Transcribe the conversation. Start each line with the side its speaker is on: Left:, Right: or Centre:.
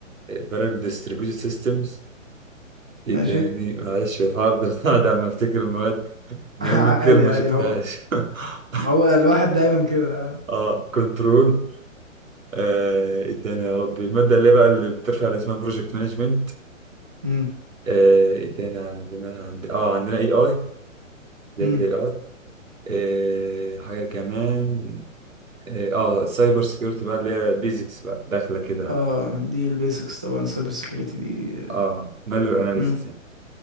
Right: بارل ديستريبيوتد سيستمز إيه
Centre: ماشي
Right: تاني معلش هفضل قاعد عم <laughs> أفتكر المواد نعمل
Centre: <laughs> عادي
Right: ميد ترم ما
Centre: عادي
Right: شفتهاش
Centre: هو
Right: <laughs>
Centre: هو الواحد دايما كده
Right: اه كنترول آه، ايه تاني يا ربي المادة اللي بقى اللي بترفع اللي اسمها بروجكت مانجمنت
Centre: امم
Right: ايه تاني عندنا عند... اه عندنا اي اي بداية
Centre: امم
Right: الاي اي آه، حاجة كمان اه آه، السايبر سيكيورتي بقى اللي هي بيزكس بقى داخلة كده
Centre: اه دي البيسكس طبعا سايبر سيكيورتي دي
Right: اه مالور اناليسيس
Centre: امم
Right: يعني